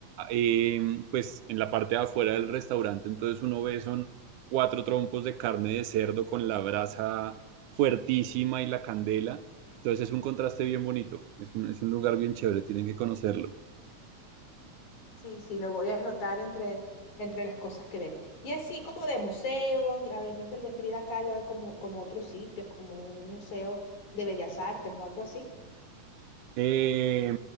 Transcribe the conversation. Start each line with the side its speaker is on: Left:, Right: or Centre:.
Right: eh, pues en la parte de afuera del restaurante, entonces uno ve son cuatro trompos de carne de cerdo con la brasa fuertísima y la candela, entonces es un contraste bien bonito, es un, es un lugar bien chévere, tienen que conocerlo.
Left: Sí, sí, lo voy a anotar entre, entre las cosas que ver. Y así como de museos, y además del de Frida Kahlo, hay como, como otros sitios, como un museo de bellas artes o algo así.
Right: Eh,